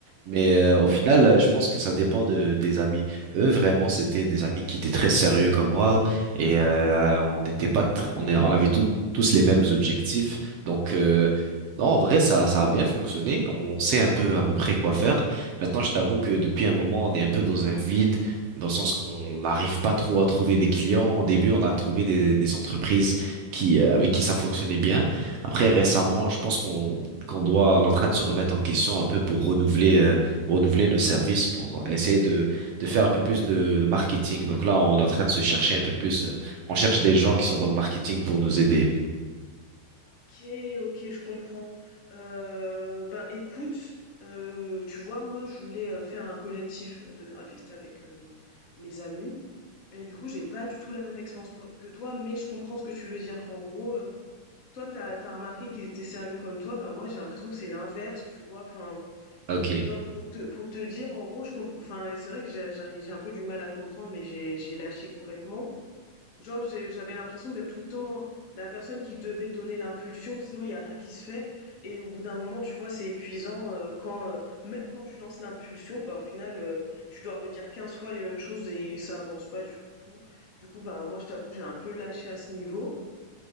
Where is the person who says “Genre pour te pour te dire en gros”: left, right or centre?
Left